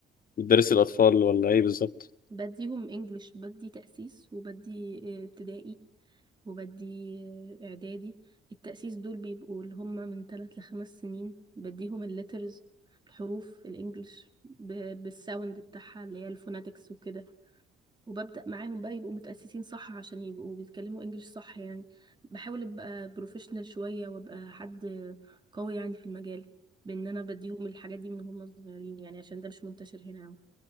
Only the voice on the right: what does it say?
بديهم انجليش بدي تأسيس وبدي آه، ابتدائي وبدي آه، اعدادي التأسيس دول بيبقوا اللي هم من ثلاث لخمس سنين بديهم الليترز الحروف الانجليش ب- بالساوند بتاعها اللي هي الفوناتكس وكده وببدأ معاهم بقى يبقوا متأسسين صح عشان يبقوا بيتكلموا انجليش صح يعني بحاول ابقى بروفيشنال شوية وابقى حد قوي يعني في المجال بان انا بديهم الحاجات دي من هم صغيرين يعني عشان ده مش منتشر هنا أوي